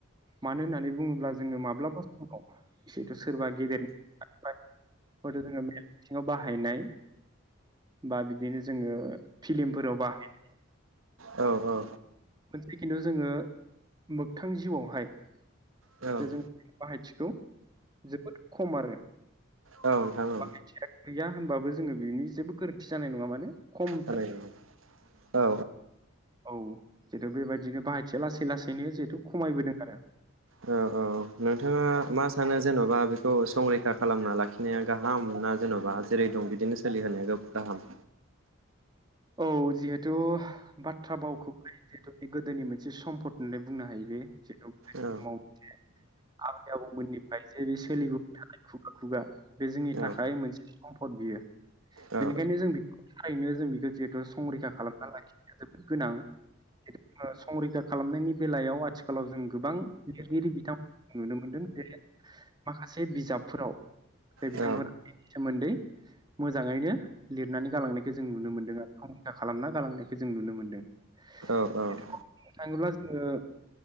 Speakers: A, on the right (about 20°); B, on the right (about 80°).
A: मानो होननानै बुङोब्ला जोङो माब्लाबा समाव जिहेथु सोरबा गेदेर हयथ' जों मेल मिथिङाव बाहायनाय बा बिदि बिदिनो जोङो फिलिमफोराव बाहायनाय
B: औ औ
A: खिन्थु जोङो मोगथां जिउआवहाय
B: औ
A: जे जों बाहायथिखौ जोबोद खम आरो
B: औ नोंथां औ
A: बाहायथिया गैया होनबाबो जोङो बिनि जेबो गोरोन्थि जानाय नङा माने खमथ
B: बानायनांगौ औ
A: औ जितु बेबायदिनो बाहायथिया लासै लासैनो जिहेतु खमायबोदों आरो
B: औ औ नोंथाङा मा सानो जेन'बा बेखौ संरैखा खालामना लाखिनाया गाहाम ना जेन'बा जेरै दं बिदिनो सोलिहोनाया गाहाम
A: औ जिहेथु बाथ्रा भावखौहाय जिहेतु बे गोदोनि मोनसे सम्फद होननानै बुंनो हायो बे जिहेथु गोदोनि
B: औ
A: समाव मोनसे आबै आबौमोननिफ्राय जे बे सोलिबोगासिनो बेनि थाखाय खुगा खुगा बे जोंनि
B: औ
A: थाखाय मोनसे सम्फद बियो
B: औ
A: बेनिखायनो जों बेखौ थारैनो जों बेखौ जिहेथु संरैखा खालामना लाखिनाया जोबोद गोनां जिहेतु संरैखा खालामनायनि बेलायाव आथिखालाव जों गोबां लिरगिरि बिथांमोन नुनो मोनदों जे माखासे बिजाबफोराव जाय बिथांमोननि
B: औ
A: सोमोन्दै मोजाङैनो लिरनानै गालांनायखौ जों नुनो मोनदों आरो रैखा खालामना गालांनायखौ जों नुनो मोनदों
B: औ
A: बुंनो
B: औ
A: थाङोब्ला जोङो